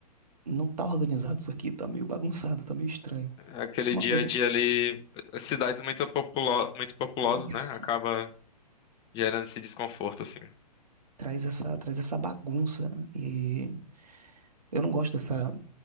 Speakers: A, on the right; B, on the left.
A: não tá organizado isso aqui, tá meio bagunçado, tá meio estranho.
B: Aquele
A: Uma
B: dia
A: coisa
B: a dia
A: que.
B: ali, cidades muito populo- muito populosas,
A: Isso.
B: né? Acaba gerando esse desconforto assim.
A: Traz essa, traz essa bagunça. E eu não gosto dessa,